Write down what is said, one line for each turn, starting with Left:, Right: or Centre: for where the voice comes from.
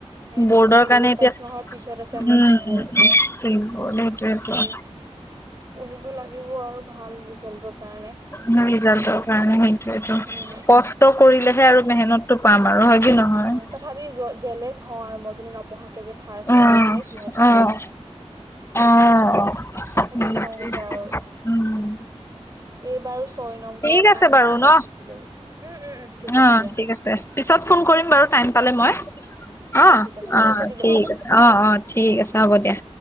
Right: সেইটোৱে
Left: বৰ্ডৰ
Right: প্ৰি
Left: কাৰণে
Right: বৰ্ড
Left: এতিয়া
Right: পাঁচ মাহৰ পিছত আছে আমাৰ
Left: উম
Right: প্ৰি বৰ্ড
Left: বৰ্ড সেইটোয়েটো।
Right: সেইটোয়ে পঢ়িব লাগিব আৰু ভাল ৰিজাল্টৰ কাৰণে।
Left: ভাল ৰিজাল্টৰ কাৰণে সেইটোৱেই টো
Right: উম
Left: কষ্ট কৰিলেহে আৰু মেহনতটো পাম। বাৰু হয় কি নহয়।
Right: উম তথাপি য জেলেচ হওঁ আৰু মই যদি নপঢ়াকে যে ফাৰচ
Left: অ',
Right: হৈ যায় সিহঁতৰ
Left: অ',
Right: পা। হুহু
Left: অ',
Right: সেইটো খং উঠে আৰু।
Left: উম,
Right: এইবাৰো ছয় নম্বৰৰ
Left: ঠিক আছে
Right: কাৰণে
Left: বাৰু
Right: আগত
Left: ন?
Right: গুচি গলো উম উম উম ঠিক
Left: অ',
Right: আছে দিয়া।
Left: ঠিক আছে পিছত ফোন কৰিম বাৰু টাইম পালে মই অ'
Right: ঠিক আছে, মেসেজটা
Left: অ'
Right: দিলে
Left: ঠিক
Right: বা মোক।
Left: আছে। অ' অ' ঠিক আছে হ'ব দিয়া।